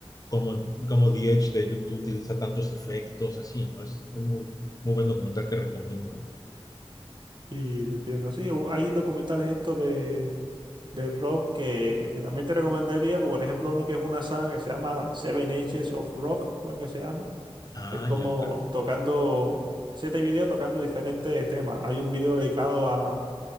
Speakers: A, on the left; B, on the right.
A: como, como The Edge de YouTube utiliza tantos efectos, así, ¿no? Es, es muy, muy buen documental que recomiendo.
B: Y lo entiendo, sí. u- Hay documentales estos de, de rock que, que también te recomendaría, como por ejemplo uno que es una saga que se llama Seven Ages of Rock, creo que se llama
A: Ah,
B: que es como
A: ya, claro.
B: tocando, siete videos tocando diferentes temas. Hay un video dedicado a